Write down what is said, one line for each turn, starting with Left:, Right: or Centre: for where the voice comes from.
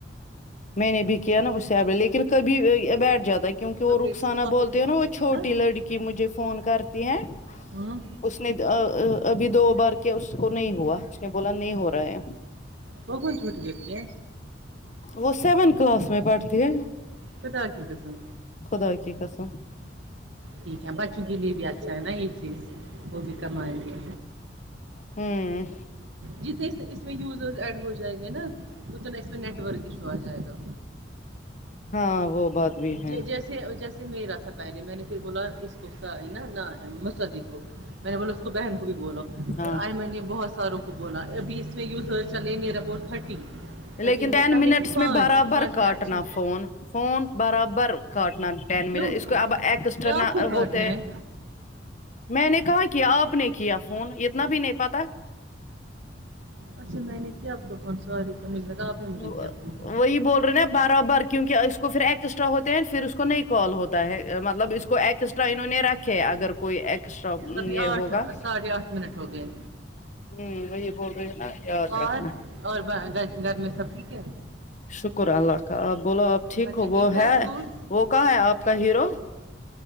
Left: میں نے بھی کیا نا اسے اب لیکن کبھی بیٹھ جاتا ہے کیونکہ
Right: اپڈیٹ
Left: وہ رخسانہ
Right: سے کافی
Left: بولتی
Right: فرق
Left: ہے نا وہ
Right: ہو
Left: چھوٹی
Right: گیا
Left: لڑکی مجھے فون کرتی ہے
Right: ہوں
Left: اس نے ا ا ابھی دو بار کیا اس کو نہیں ہوا اس نے بولا نہیں ہو رہا ہے
Right: کو کون چھوٹی بچی ہے
Left: وہ سیونت کلاس میں پڑھتی ہے
Right: خدا کی قسم
Left: خدا کے قسم
Right: ٹھیک ہے بچوں کے لیے بھی اچھا ہے نا یہ چیز وہ بھی کمائیں گے
Left: ہوں
Right: جتنے اس میں یوزرز ایڈ ہو جائیں گے نا اتنا اس میں نیٹ ورک ایشو آ جائے گا
Left: ہاں وہ بات بھی ہے
Right: جی جس سے جیسے میرا تھا پہلے میں نے پھر بولا اس کو سینہ نا نہ ہے مصدق کو میں نے بولا تو بہن کو بھی بولو
Left: ہاں
Right: آئے میں نے بہت ساروں کو بولا ابھی اس میں یزر چلے نئر اباؤٹ تھرٹی تھرٹی
Left: لیکن ٹین
Right: میں پہلے
Left: منٹس
Right: تھی پانچ
Left: میں برابر
Right: پانچ
Left: کاٹنا
Right: میں اچھے
Left: فون فون برابر کاٹنا ٹین
Right: کیوں
Left: منٹ اس کو اب ایکسٹرا
Right: کیا آپ
Left: نہ
Right: کو کاٹنا
Left: ہوتے
Right: ہے
Left: میں نے کہاں کیا آپ نے کیا فون اتنا بھی نہیں پتا
Right: اچھا میں نے کیا آپ کو فون سوری مجھے لگا آپ نے مجھے
Left: وا
Right: کیا فون
Left: وہی بول رہے نہ اب برابر کیونکہ اس کو پھر ایکسٹرا ہوتے ہیں پھر اس کو نئی کال ہوتا ہے مطلب اس کو ایکس ٹرا انہوں نے رکھے اگر کوئی ایکسٹرا
Right: ابھی
Left: یہ
Right: آٹھ
Left: ہوگا
Right: ساڑھے آٹھ منٹ ہو گئے
Left: ہوں وہی بول رہی ہیں نا یاد
Right: اور
Left: رکھنا
Right: اور ب گر گھر میں سب ٹھیک ہے
Left: شکر اللہ کا آپ بولو آپ ٹھیک
Right: بچے
Left: ہو
Right: گئے
Left: وہ
Right: تھے
Left: ہے
Right: اسکول
Left: وہ کہاں ہے آپ کا ہیرو